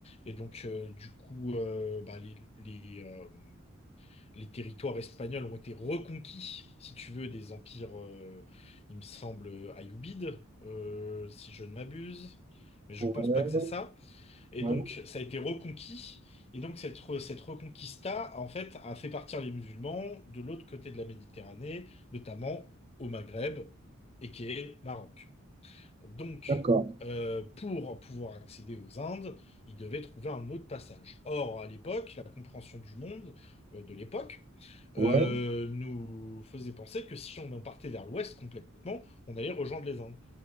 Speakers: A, on the left (about 30°); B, on the right (about 30°).
A: et donc, euh, du coup, euh, bah, les, les, euh, les territoires espagnols ont été reconquis, si tu veux, des empires, euh, il me semble, ayoubides, euh, si je ne m'abuse, mais je
B: ouais,
A: pense pas que c'est ça. Et
B: ouais.
A: donc, ça a été reconquis. Et donc, cette, re- cette reconquista, en fait, a fait partir les musulmans de l'autre côté de la Méditerranée, notamment au Maghreb, et qui est Maroc. Donc,
B: D'accord,
A: euh, pour pouvoir accéder aux Indes, il devait trouver un autre passage. Or, à l'époque, la compréhension du monde euh, de l'époque
B: ouais,
A: euh, nous faisait penser que si on en partait vers l'ouest complètement, on allait rejoindre les Indes.